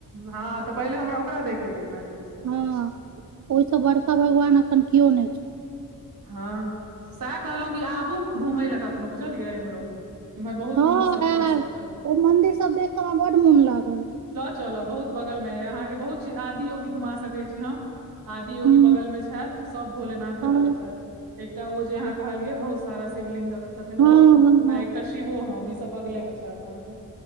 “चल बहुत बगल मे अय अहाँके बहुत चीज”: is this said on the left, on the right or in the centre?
Right